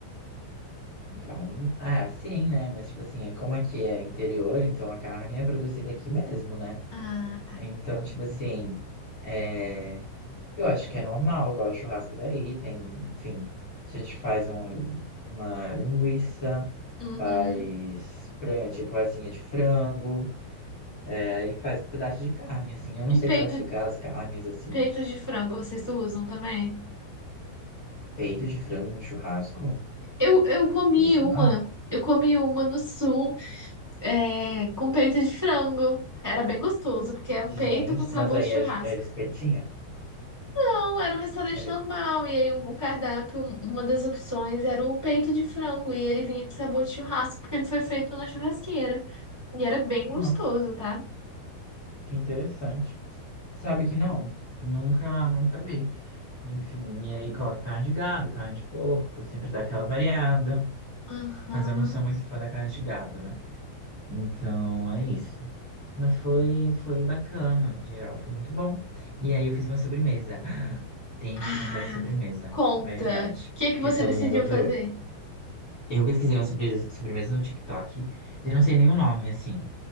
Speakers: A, on the left; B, in the centre.
A: então, ah, sim, né? Mas, tipo assim, é como aqui é interior, então a carne é produzida aqui mesmo, né?
B: Ah, tá.
A: Então, tipo assim, é, eu acho que é normal, igual o churrasco daí, tem, enfim, a gente faz um- uma linguiça,
B: Uhum.
A: faz fran- tipo asinha de frango, é, e faz um pedaço de carne, assim, eu não
B: E
A: sei
B: peito,
A: classificar as carnes, assim,
B: peito de frango, vocês usam também?
A: peito de frango no churrasco,
B: Eu, eu comi
A: isso
B: uma,
A: não?
B: eu comi uma no sul, é, com peito de frango. Era bem gostoso, porque é um peito
A: Gente,
B: com sabor
A: mas aí
B: de churrasco.
A: era, era espetinha?
B: Não, era um restaurante
A: Era...
B: normal, e aí o o cardápio, uma das opções era o peito de frango, e ele vinha com sabor de churrasco, porque ele foi feito na churrasqueira. E era bem gostoso,
A: Nossa,
B: tá?
A: que interessante. Sabe que não? Nunca, nunca vi. Enfim, e aí coloco carne de gado, carne de porco, sempre dá aquela variada.
B: Aham.
A: Mas eu não sou muito fã da carne de gado, né? Então é isso. Mas foi, foi bacana, no geral, foi muito bom. E aí eu fiz uma sobremesa. <gasps> Tenho
B: Ah,
A: que te contar de sobremesa,
B: conta.
A: verdade.
B: O que é que você
A: Que todo
B: decidiu
A: mundo adorou.
B: fazer?
A: Eu pesquisei uma sobre- sobremesa no TikTok. Eu não sei nem o nome, assim.